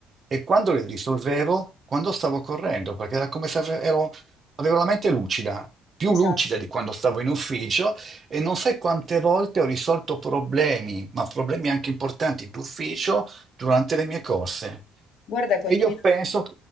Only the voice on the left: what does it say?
esatto.
Guarda,
condivido